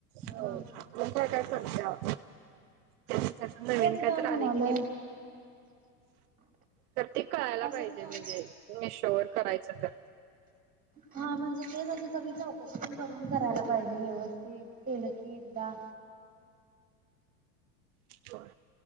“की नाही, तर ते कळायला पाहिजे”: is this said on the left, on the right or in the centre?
Right